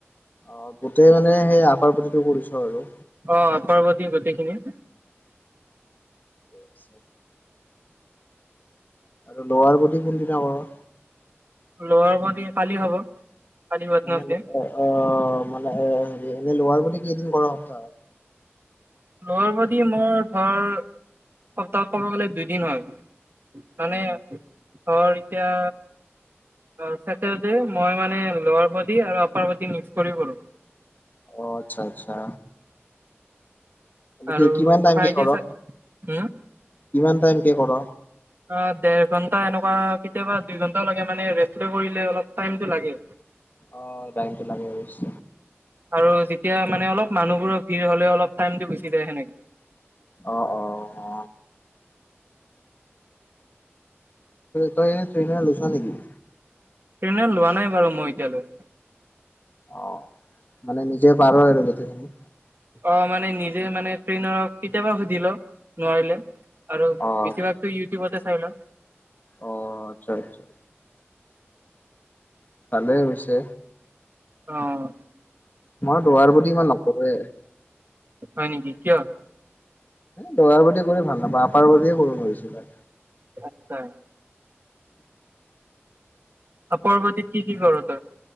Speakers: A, on the left; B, on the right.
A: অঁ, গোটেই মানে সেই আপাৰ বদিটো কৰিছ আৰু।
B: অঁ আপাৰ বদি গোটেইখিনি।
A: <unintelligible> আৰু লৱাৰ বদি কোনদিনা কৰ?
B: লৱাৰ বদি কালি হ'ব। কালি ৱেডনেছডে
A: মানে অহ অহ মানে এ হেৰী এনে লৱাৰ বদি কেইদিন কৰ সপ্তাহত?
B: লৱাৰ বডী মোৰ ধৰ সপ্তাহত ক'ব গ'লে দুইদিন হয়। মানে
A: দুদিন।
B: ধৰ এতিয়া। অঁ চেটাৰডে মই মানে লৌআৰ বডী আৰু আপাৰ বডী মিক্স কৰি কৰো।
A: অ, আচ্ছা- আচ্ছা।
B: আৰু
A: কি কিমান টাইম
B: ফ্ৰাইডে
A: কে কৰ
B: চা হম
A: কিমান টাইম কে কৰ?
B: আ দেৰ ঘন্টা এনেকুৱা কেতিয়াবা দুই ঘন্টা লাগে মানে ৰেষ্ট লৈ কৰিলে অলপ টাইমটো লাগে।
A: অঁ টাইমটো লাগে অবশ্য।
B: আৰু যেতিয়া মানে অলপ মানুহবোৰৰ ভিৰ হ'লে অলপ টাইমটো গুচি যায় সেনেকে।
A: অ অ অ তই এনে ট্ৰেইনাৰ লৈছ নেকি?
B: ট্ৰেইনাৰ লোৱা নাই বাৰু মই এতিয়ালৈ।
A: অ, মানে নিজে পাৰ আৰু গোটেইখিনি।
B: অ, মানে নিজে মানে ট্ৰেইনাৰ কেতিয়াবা সুধি লওঁ নোৱাৰিলে। আৰু বেছিভাগতো
A: অ',
B: ইউটিউবতে চাই লওঁ।
A: অ, আচ্ছা - আচ্ছা। ভালে হৈছে।
B: অঁ
A: মই দুৱাৰ বুলি ইমান নকৰোৱে।
B: হয় নেকি কিয়?
A: লোৱাৰ বডী কৰি ভাল নাপাওঁ আপাৰ বডীয়ে কৰো বেছিভাগ।
B: আচ্ছা আপাৰ বডীত কি - কি কৰ তই?